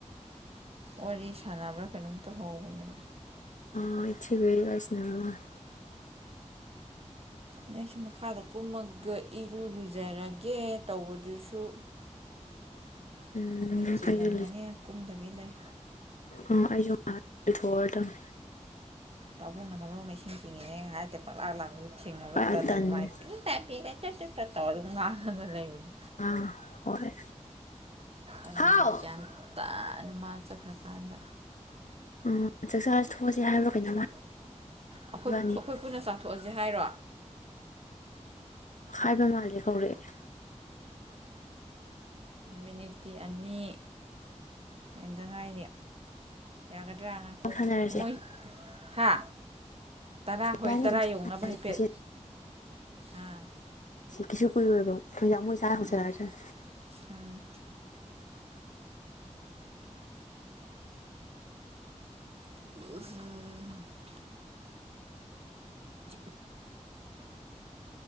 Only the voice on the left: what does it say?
<inaudible>
ꯎꯝ
ꯑꯩꯁꯨ
ꯑꯥ ꯑꯩꯖꯨ ꯂꯨꯊꯣꯑꯥꯗꯧꯕꯅꯦ
ꯑ
ꯇꯟꯂꯦ
ꯑꯥ ꯍꯣꯏ
ꯍꯥꯎ
ꯎꯝ ꯆꯥꯛꯆꯥ ꯊꯣꯛꯑꯁꯦ
ꯍꯥꯏꯕ꯭ꯔꯥ ꯀꯩꯅꯣꯝ
ꯍꯥꯏꯕꯅꯤ
ꯍꯥꯏꯕ ꯃꯥꯜꯂꯦ ꯀꯧꯔꯛꯑꯦ
ꯁꯥꯟꯅꯔꯁꯦ
ꯏꯕꯥꯅꯤ
ꯑꯗꯨꯝ
ꯁꯥꯟꯅꯔꯁꯤ
ꯀꯁꯨ ꯀꯨꯏꯔꯣꯏꯕ ꯏꯌ ꯃꯣꯏ ꯆꯥꯔ ꯍꯧꯖꯔꯥꯁꯅꯨ